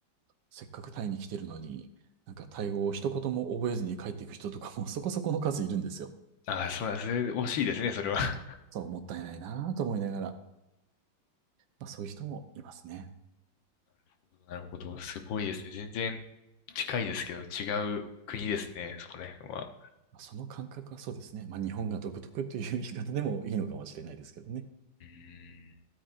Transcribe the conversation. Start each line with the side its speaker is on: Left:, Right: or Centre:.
Right: せっかくタイに来てるのに、なんかタイ語を一言も覚えずに帰っていく人とかもそこそこの数いるんですよ。
Left: あ、そうなんですね。惜しいですね、それは。
Right: そう、もったいないなぁと思いながら、まあそういう人もいますね。
Left: <laughs> なるほど。すごいですね。全然近いですけど、違う国ですね、そこら辺は。
Right: まあその感覚はそうですね。まあ、日本が独特という言い方でもいいのかもしれないですけどね。
Left: うーん。